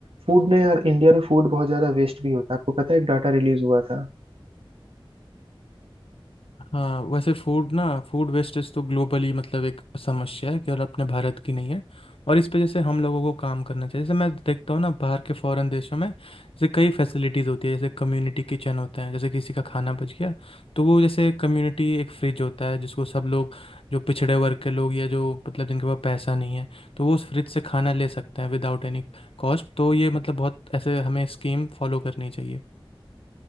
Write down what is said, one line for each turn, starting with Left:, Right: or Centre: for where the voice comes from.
Right: फूड ना यार इंडिया में फूड बहुत ज्यादा वेस्ट भी होता है आपको पता है एक डाटा रिलीज हुआ था
Left: हाँ वैसे फूड ना फूड वेस्टेज तो ग्लोबली मतलब एक समस्या है केवल अपने भारत की नहीं है और इस पे जैसे हम लोगों को काम करना चाहिए जैसे मैं देखता हूँ ना बाहर के फॉरेन देशों में जैसे कई फैसिलिटीज़ होती है जैसे कम्युनिटी किचन होते हैं जैसे किसी का खाना बच गया तो वो जैसे कम्युनिटी एक फ्रिज होता है जिसको सब लोग जो पिछड़े वर्ग के लोग या जो मतलब जिनके पास पैसा नहीं है तो वो उस फ्रिज से खाना ले सकते हैं विदाउट एनी कॉस्ट तो ये मतलब बहुत ऐसे हमें स्कीम फॉलो करनी चाहिए